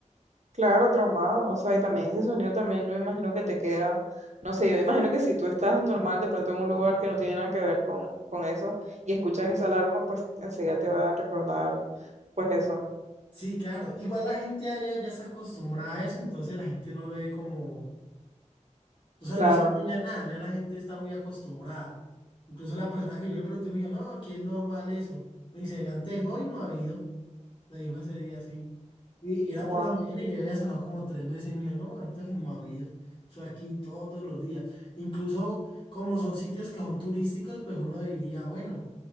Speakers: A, on the right; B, on the left.
A: Claro, traumado, o sea, y también ese sonido también yo me imagino que te queda, no sé, yo me imagino que si tú estás normal de pronto en un lugar que no tiene nada que ver con, con eso y escuchas esa alarma, pues enseguida te va a recordar, pues eso,
B: Sí, claro. Igual la gente allá ya se acostumbrada a eso, entonces la gente no lo ve como, O sea,
A: claro.
B: no siente ya nada, ya la gente está muy acostumbrada. Incluso la persona que yo le pregunté me dijo, no, aquí es normal eso. Me dice, antes hoy no ha habido. Me dijo ese día así. Y, y era
A: Wow.
B: por la mañana y yo había sonado como tres veces y me dijo, no, antes no ha habido. Eso aquí todos los días. Incluso como son sitios que son turísticos, pues uno diría, bueno,